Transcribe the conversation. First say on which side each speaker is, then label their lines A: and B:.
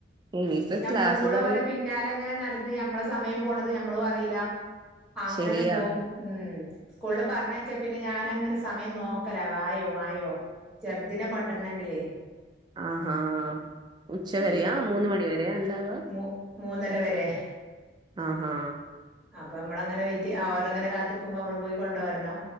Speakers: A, on the right (about 25°); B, in the centre.
A: ഇനിയിപ്പ
B: ഞമ്മളും
A: ക്ലാസ്
B: കൂടെ
A: തൊടങ്ങി
B: ഓലെ പിന്നാലിങ്ങനെ നടന്ന് ഞമ്മളെ സമയം പോണത് ഞമ്മളും അറീല്ല അങ്ങനെ
A: ശരിയാ
B: പോവും ഉം സ്ക്ലൂളില് പറഞ്ഞയച്ചാ പിന്നെ ഞാനങ്ങനെ സമയം നോക്കലാ ആയോ ആയോ ചെറ്തിനെ കൊണ്ടര്ണെങ്കിലേ
A: ആ ഹാ ഉച്ചവരെയാ
B: ഈ
A: മൂന്ന്മണിവരെയാ ഇണ്ടാവാ
B: മൂ മൂന്നര വരെ
A: ആഹാ
B: അപ്പൊ നമ്മളങ്ങനെ വൈറ്റൈ അവരങ്ങനെ കാത്ത്ക്കുമ്പൊ നമ്മള് പോയി കൊണ്ടോരണം